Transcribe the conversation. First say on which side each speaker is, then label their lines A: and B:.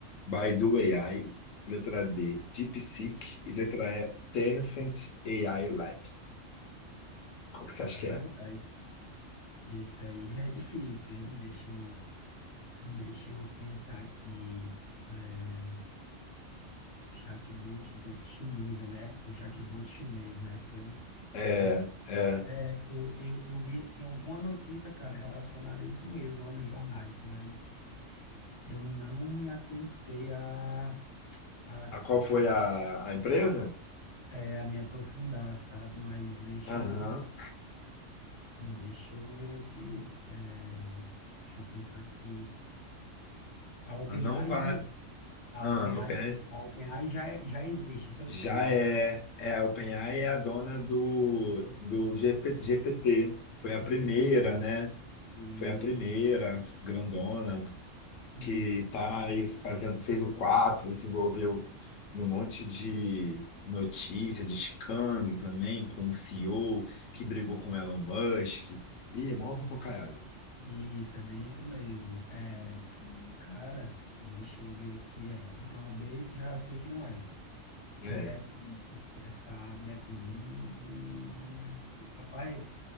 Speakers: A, on the left; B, on the left.
A: Baidu AI. Letra D, DeepSeek. E letra E, Tencent AI Lab. Qual
B: Caramba,
A: que você acha que é?
B: cara, esse aí é difícil, hein? Deixa eu, deixa eu pensar aqui. É, chatbot inte- chinesa, né? Foi um chatbot chinês, né? Que foi
A: É,
B: lançado
A: é.
B: É, eu, eu, eu vi assim alguma notícia, cara, relacionada a isso mesmo, ó, nos jornais, mas eu não me atentei a, a, se-
A: A qual foi
B: a, me,
A: a, a empresa?
B: é, a me aprofundar, sabe? Mas deixa
A: Aham.
B: eu, deixa eu ver aqui, é, deixa eu pensar aqui. A OpenAI
A: Ah, Não vale.
B: já, a
A: Ah,
B: OpenAI,
A: OpenAI
B: a OpenAI já, já existe, isso eu
A: já
B: sei, né?
A: é. É, a OpenAI é a dona do, do GP GPT. Foi a primeira,
B: GPT,
A: né?
B: isso,
A: Foi a primeira grandona.
B: isso.
A: que tá aí fazendo, fez o 4 e se envolveu em um monte de notícia, de escândalo também, com o CEO que brigou com o Elon Musk. Ih, mó fofocaiada.
B: Isso, é bem isso mesmo. É, Uhum. cara, deixa eu ver aqui. É, ó, então a B já eu sei que não é.
A: É,
B: Dep, esse- essa Depmind. hum, Rapaz,